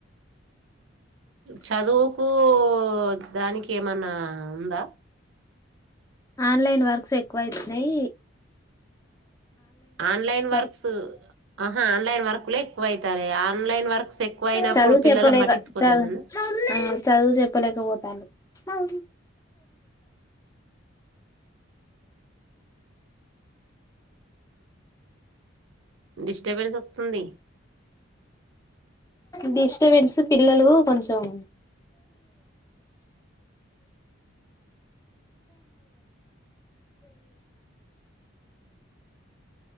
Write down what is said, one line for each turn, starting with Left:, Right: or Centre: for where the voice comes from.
Right: చదువుకు ఇ దానికి ఏమన్నా ఉందా
Left: ఆన్లైన్ వర్క్స్ ఎక్కువ అవుతున్నాయి
Right: ఆన్లైన్ వర్క్స్
Left: అయి
Right: ఆహా ఆన్లైన్ వర్క్లే ఎక్కువ అవుతారు ఆన్లైన్ వర్క్స్ ఎక్కువ అయినప్పుడు
Left: చదువు
Right: పిల్లలు
Left: చెప్పలేక
Right: పట్టించుకోదామన్న
Left: చదు ఆ చదువు చెప్పలేకపోతాండ్రు ఆ
Right: డిస్టర్బెన్స్ వస్తుంది
Left: డిస్టబెన్స్ పిల్లలు కొంచం